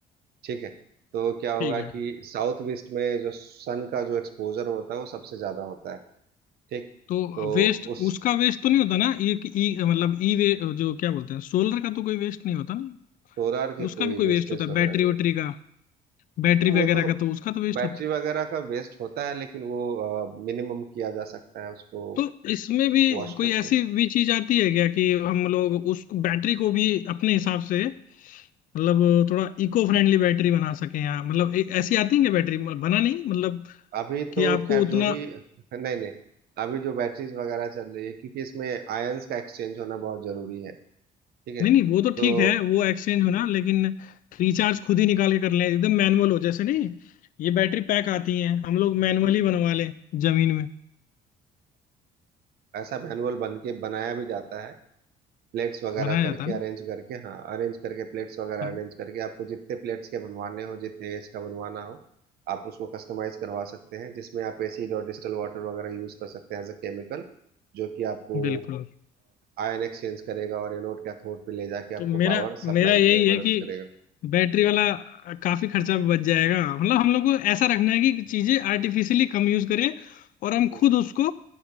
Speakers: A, on the right (about 65°); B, on the left (about 55°).
A: ठीक है तो क्या होगा
B: ठीक है
A: कि साउथ वेस्ट में जो सन का जो एक्सपोजर होता है वो सबसे ज्यादा होता है ठीक
B: तो
A: तो
B: वेस्ट
A: उस
B: उसका वेस्ट तो नहीं होता ना ये कि- ई मतलब ई वे जो क्या बोलते हैं सोलर का तो कोई वेस्ट नहीं होता ना
A: सोलार के
B: उसका
A: कोई
B: भी कोई
A: वेस्टेज
B: वेस्ट होता है
A: वगैरह
B: बैटरी
A: नहीं होते
B: वैटरी का बैटरी
A: तो वो
B: वगैरह
A: तो
B: का तो उसका तो वेस्ट
A: बैटरी
B: होता है
A: वगैरह का वेस्ट होता है लेकिन वो मिनिमम किया जा सकता है उसको
B: तो इसमें भी
A: वॉश
B: कोई
A: करके
B: ऐसी भी चीज आती है क्या कि हम लोग उस बैटरी को भी अपने हिसाब से मतलब थोड़ा इको फ्रेंडली बैटरी बना सके या मतलब ए- ऐसी आती है क्या बैटरी मतलब बना नहीं मतलब
A: अभी तो
B: कि आपको
A: खैर
B: उतना
A: जो भी <laughs> नहीं नहीं अभी जो बैटरीज वगैरह चल रही है क्योंकि इसमें आयंस का एक्सचेंज होना बहुत जरूरी है ठीक है
B: नहीं नहीं वो तो
A: तो
B: ठीक है वो एक्सचेंज होना लेकिन रिचार्ज खुद ही निकाल के कर लें एकदम मैनुअल हो जैसे नहीं ये बैटरी पैक आती हैं हम लोग मैनुअली बनवा लें जमीन में
A: ऐसा मैनुअल बन के बनाया भी जाता है प्लेट्स वगैरह
B: बनाया
A: करके
B: जाता है
A: अरेंज
B: ना
A: करके हाँ अरेंज करके प्लेट्स वगैरह
B: हाँ
A: अरेंज करके आपको जितने प्लेट्स के बनवाने हो जितने एज का बनवाना हो आप उसको कस्टमाइज करवा सकते हैं जिसमें आप एसिड और डिस्टल वाटर वगैरह यूज कर सकते हैं एज अ केमिकल जो कि आपको
B: बिल्कुल
A: आयन एक्सचेंज करेगा और एनोड कैथोड पे ले जाके आपको
B: तो मेरा
A: पावर
B: मेरा
A: सप्लाई
B: यही
A: में मदद
B: है कि
A: करेगा
B: बैटरी वाला काफी खर्चा बच जाएगा मतलब हम लोग को ऐसा रखना है कि चीजें आर्टिफिशियली कम यूज करें और हम
A: हम्म।
B: खुद उसको